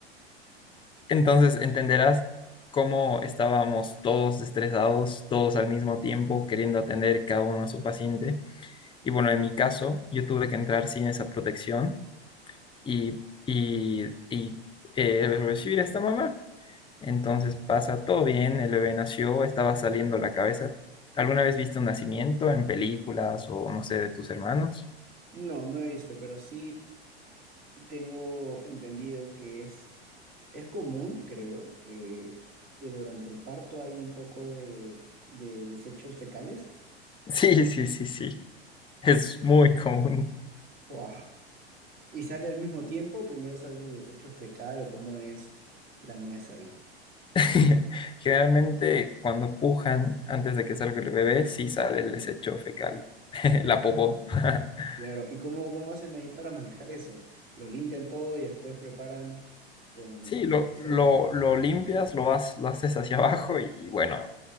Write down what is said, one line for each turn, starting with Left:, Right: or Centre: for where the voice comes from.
Left: Entonces entenderás cómo estábamos todos estresados, todos al mismo tiempo, queriendo atender cada uno a su paciente. Y bueno, en mi caso, yo tuve que entrar sin esa protección y, y, y, eh, recibir a esta mamá. Entonces pasa todo bien, el bebé nació, estaba saliendo la cabeza. ¿Alguna vez viste un nacimiento en películas o no sé, de tus hermanos? <laughs>
Right: No, no he visto, pero sí tengo entendido que es, es común, creo, que eh, durante el parto hay un poco de, de desechos fecales.
Left: Sí, sí, sí, sí, es muy común.
Right: Wow. ¿Y sale al mismo tiempo? ¿Primero sale el desecho fecal o cómo es la nuez ahí?
Left: <laughs> Generalmente cuando pujan antes de que salga el bebé, sí sale el desecho fecal, <laughs> la popó. <laughs>
Right: Claro, ¿y cómo, cómo hacen ahí para manejar eso? ¿Lo limpian todo y después preparan con,
Left: Sí, lo,
Right: no sé,
Left: lo, lo limpias, lo, vas, lo haces hacia abajo y bueno,